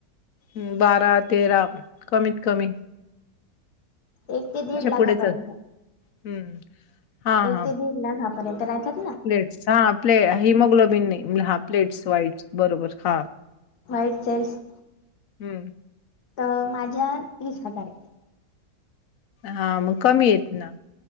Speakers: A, on the left (about 65°); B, on the left (about 85°).
A: अं.. बारा -तेरा कमीत कमी
B: एक ते दीड लाखांपर्यंत..
A: पुढेच अस हं, हां,
B: एक
A: हां,
B: ते दीड लाखांपर्यंत राहतांत.
A: प्लेट्स हां प्ले हिमोग्लोबिन हां प्लेट्स वाईट बरोबर हं
B: व्हाईटं जेल्सं
A: हम्मं
B: तरं माझ्या तीस हजांर आहे.
A: हां मंग कमी येतं नां